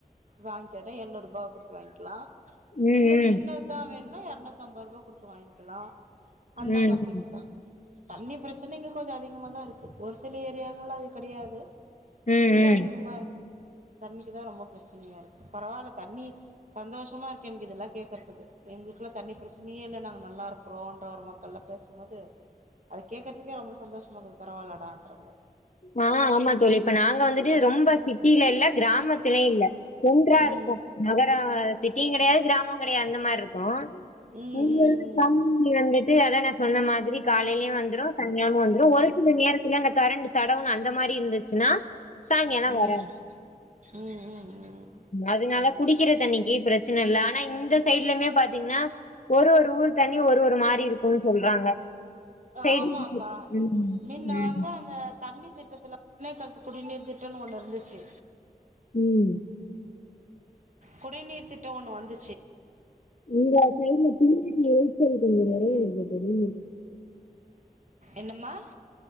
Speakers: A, on the right; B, on the left.
A: வாங்க்கன ஏழ்நூறுபாவ குடுத்து வாங்க்கலா
B: ம்,
A: இல்ல சின்ன துதா வேணுனா எரநூத்தம்பதுருபா குடுத்து வாங்க்கலா அந்த
B: ம்,
A: மாதிரிங்கதா
B: ம்.
A: தண்ணி பிரச்சன இங்க கொஞ்ச அதிகமாதா இருக்கு ஒரு சில ஏரியாங்கலா அது கெடையாது
B: ம்
A: இங்க
B: ம்
A: அதிகமா இருக்கு தண்ணிக்குதா ரொம்ப பிரச்சனையா இருக்கு பரவால தண்ணி சந்தோஷமா இருக்கு எனக்கு இதெல்லா கேக்குறதுக்கு எங்களுக்குல்லா தண்ணி பிரச்சனையே இல்ல நாங்க நல்லாருக்றோன்ற ஒரு மக்கள பேச ம்போது அது கேக்குறதுக்கே ரொம்ப சந்தோஷமாக்குது பரவாலடான்ற மா
B: ஆ ஆமா தோழி இப்ப நாங்க வந்துட்டு ரொம்ப சிட்டில இல்ல கிராமத்துலயு இல்ல ஒன்றா
A: ம்
B: இருக்கோ
A: ம்
B: நகர சிட்டியு கெடையாது கிராமோ கெடையாது அந்த மார்ருக்கோ
A: ம்
B: இங்கல்லா
A: ம்
B: தண்ணி வந்துட்டு அதா நா சொன்ன மாதிரி காலைலயு வந்துரு சனியானா வந்துரு ஒரு சில நேரத்துல அந்த கரண்ட் சடவுன் அந்த மாரி இருந்துச்சுனா சாய்ங்காலோ
A: ம் ம்
B: வராது
A: ம் ம் ம்
B: அதுனால குடிக்கற தண்ணிக்கு பிரச்சனை இல்ல ஆனா இந்த சைட்லயுமே பாத்தீங்கனா ஒரு ஒரு ஊர் தண்ணியு ஒரு ஒரு மாரி இருக்குன்னு சொல்றாங்க சைடு
A: ஆமாப்பா
B: ம்
A: மின்ன
B: ம்
A: வந்து அந்த தண்ணி திட்டத்துல பண்டயக்காலத்து குடிநீர் திட்டோனு ஒன்னு இருந்துச்சு
B: ம்
A: குடிநீர் திட்டோ ஒண்ணு வந்து
B: உங்க கைல தின்னடி எழுச்சல் கொஞ்சோ நெறைய இருக்கு தோழி
A: என்னம்மா